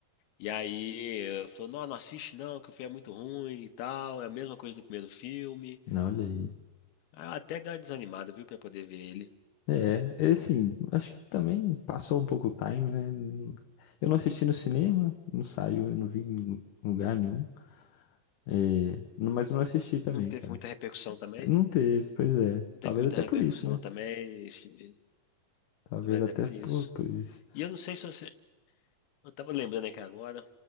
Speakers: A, on the left (about 80°); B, on the left (about 65°).
A: E aí eu falou, não, não assiste não, que o filme é muito ruim e tal, é a mesma coisa do primeiro filme.
B: Não, olha aí.
A: Ah, até deu uma desanimada, viu, pra poder ver ele.
B: É, é assim, acho que também passou um pouco o time, né? Eu não assisti no cinema, não saiu, eu não vi em lugar nenhum. É, não- mas eu não assisti também,
A: Não teve
B: cara.
A: muita repercussão também.
B: Não teve, pois é.
A: Não teve
B: Talvez
A: muita
B: até
A: repercussão
B: por isso, né?
A: também, esse,
B: Talvez
A: talvez
B: até
A: até por
B: por,
A: isso.
B: por isso.
A: E eu não sei se você. Eu tava lembrando aqui agora,